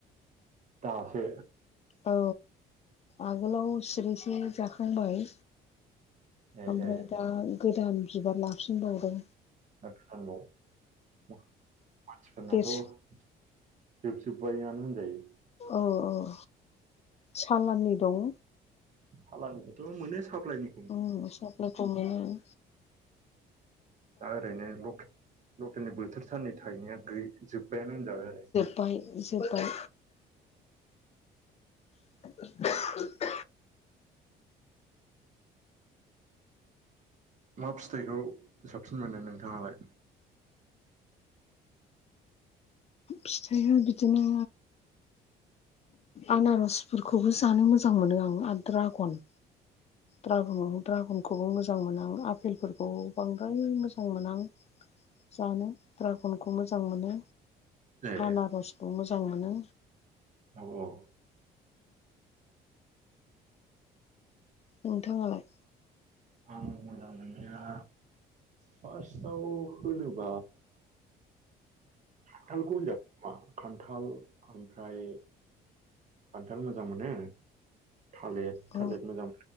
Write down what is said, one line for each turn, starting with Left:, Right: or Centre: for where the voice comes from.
Right: दासो
Left: औ आगोलाव सिरिसे जाखांबाय
Right: ए
Left: ओमफ्राय
Right: ए
Left: दा गोदान बिबार लाफिनबावदों
Right: नब मानसिफोरनाथ'
Left: देरस
Right: जोब जोबबायानो होन जायो।
Left: औ औ सालाननि दं
Right: सालाननिखौथ' मोनो साप्लाायनि
Left: अम साप्लाय खौ मोनो।
Right: दा ओरैनो ल-लकेलनि बोथोर सानै थायनायाै जोब्बायानो होनजाबाय आरो।
Left: बाय जोबबाय <inaudible>
Right: मा फिथाइखौ साबसिन मोनो नोंथाङालाय
Left: फिथाइया बिदिनो आनारसफोरखौबो जानो मोजां मोनो आं आरो दड्रागन द्रागन दड्रागनखौबो मोजां मोना आं आफपेलफोरखौ बांद्राय मोजां मोना आं जानो दड्रागनखौ मोजां मोनो
Right: ए
Left: आनारसखौ मोजां मोनो।
Right: औ औ
Left: नोंथाङालाय
Right: आं मोजां मोननाया फार्स्टआव होनोबा खान्थालखौ होनजागोन खोमा खान्थाल ओमफ्राय खान्थाल मोजां मोनो थालिर
Left: अ
Right: थालिर मोजां